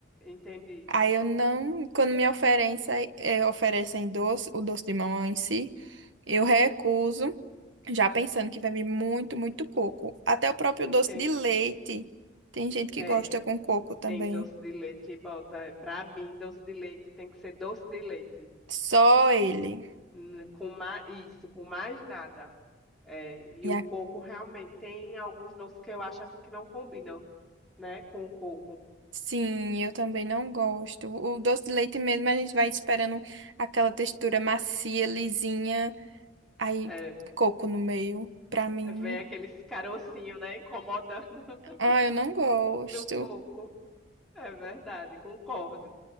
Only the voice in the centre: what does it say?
Entendi,
entendi.
é
Tem doce de leite que bota. é, Pra mim, doce de leite tem que ser doce de leite.
N- Com mais, isso, com mais nada. É, e
o
coco realmente tem alguns doces que eu acho assim que não combinam, né, com o coco.
É,
vem aqueles carocinhos, né, incomodando <laughs>
do coco. É verdade, concordo.